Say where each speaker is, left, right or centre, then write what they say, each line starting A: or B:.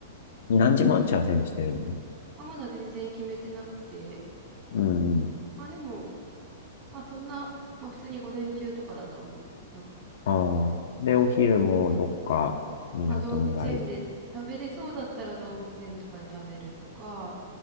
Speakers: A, on the left (about 60°); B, on the right (about 20°).
A: 何時待ち合わせにしてるの
B: まあ、まだ全然決めてなくて、
A: うんうん。
B: まあでも、まあそんな、まあ普通に午前中とかだと思うな。
A: ああ。で、お昼もどっか、みなとみらい。
B: まあ動物園で食べれそうだったら動物園とかで食べるとか、